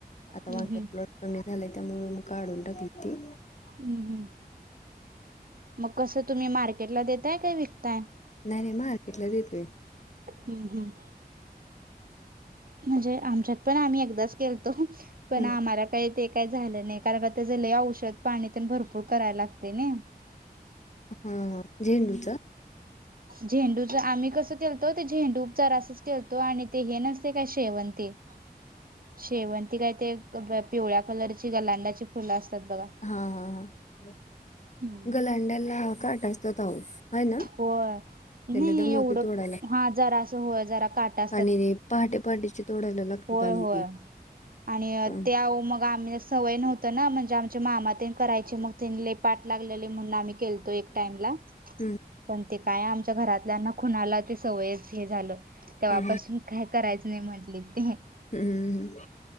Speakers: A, on the left (about 45°); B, on the right (about 60°).
A: आता
B: हम्म
A: वांगी
B: हम्म
A: ऊलट कमी झाले, त्यामुळ मग काढून टाकलेत ते.
B: हम्म हम्म मग कसं तुम्ही मार्केटला देताय का विकताय?
A: नाही मार्केटला देतोय.
B: हम्म, हम्. म्हणजे आमच्यात पण आम्ही एकदाच केेलतो. पण
A: हं,
B: आम्हाला काही ते- काय झालं नाही. कारण का त्याच लय औषध पाणी न ते भरपूर करायला लागतय ना?
A: हा, हा, झेंडू का?
B: झेंडूच. आम्ही कसं केलतो? ते झेंडू उपचार असच केलतो. आणि ते हे नसतय काय शेवंती - शेवंती काय ते पिवळ्या कलरची, गलांडाची फुलं असतात बघा.
A: हा, हा, हा
B: हम्म.
A: गलांड्याला काट असतात अहो. आहे ना
B: होय.
A: त्याला
B: नाही
A: दमवते
B: एवढं,
A: तोडायला
B: हा जरा असं हो जरा काटा असत
A: आणि पहाटे पहाटेचे तोडायला लागतात
B: होय होय.
A: <unintelligible>
B: आणि
A: हं,
B: त्या मग आम्ही- सवय नव्हत ना? म्हणजे आमच्या मामा न ते करायचे. मग तनी लय पाठ लागलेले म्हणून आम्ही केलतो एक टाइमला-
A: हम्म.
B: पण ते काय आमच्या घरातल्याना कूणाला ते सगळंच हे झालं. तेव्हापासून
A: हं,
B: काय - करायचं नाही म्हटले तुम्ही.
A: हम्मम,, हम.